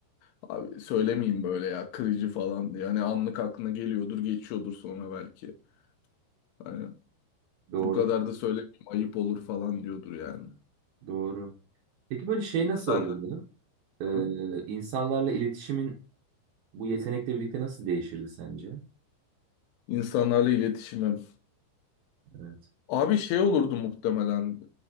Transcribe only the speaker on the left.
abi söylemeyeyim böyle ya kırıcı falan diye. Hani anlık aklına geliyordur, geçiyordur sonra belki. Hani
bu kadar da söylemeyeyim ayıp olur falan diyordur yani.
Sen
de
canım.
insanlarla iletişimim.
Abi şey olurdu muhtemelen.